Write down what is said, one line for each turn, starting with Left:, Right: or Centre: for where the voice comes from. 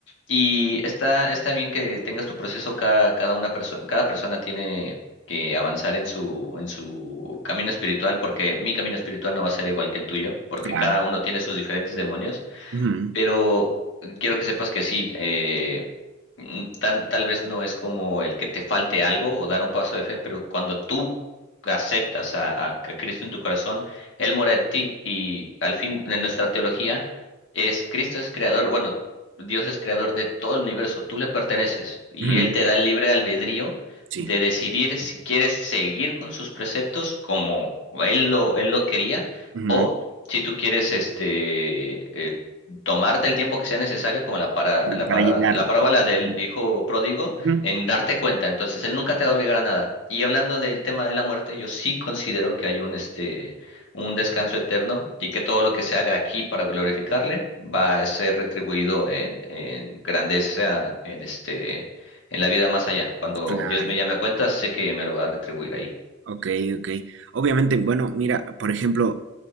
Left: Y está, está bien que tengas tu proceso, cada, cada una persona, cada persona tiene que avanzar en su, en su camino espiritual, porque mi camino espiritual no va a ser igual que el tuyo, porque
Right: Claro.
Left: cada uno tiene sus diferentes demonios,
Right: ujú,
Left: pero eh, quiero que sepas que sí, eh, mm, tan- tal vez no es como el que te falte algo o dar un paso de fe, pero cuando tú aceptas a, a que Cristo en tu corazón, Él mora en ti y al fin en nuestra teología es Cristo es creador, bueno, Dios es creador de todo el universo, tú le perteneces y
Right: ujú,
Left: Él te da el libre albedrío
Right: Sí.
Left: de decidir si quieres seguir con sus preceptos como Él lo, Él lo quería
Right: ujú,
Left: o si tú quieres este, tomarte el tiempo que sea necesario, como la para, la para,
Right: Para llegar.
Left: la parábola del
Right: ujú,
Left: hijo pródigo,
Right: ujú,
Left: en darte cuenta. Entonces, él nunca te va a obligar a nada. Y hablando del tema de la muerte, yo sí considero que hay un este un descanso eterno y que todo lo que se haga aquí para glorificarle va a ser retribuido en, en grandeza, en este, en la vida más allá. Cuando
Right: Claro.
Left: Dios me llame a cuenta, sé que me lo va a retribuir ahí.
Right: Ok, ok. Obviamente, bueno, mira, por ejemplo,